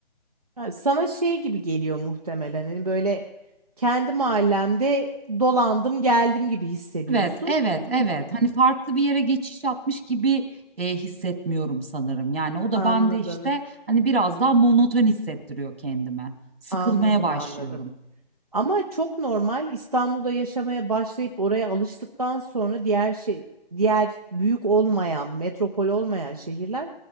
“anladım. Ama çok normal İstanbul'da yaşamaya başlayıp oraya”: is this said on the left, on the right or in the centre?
Right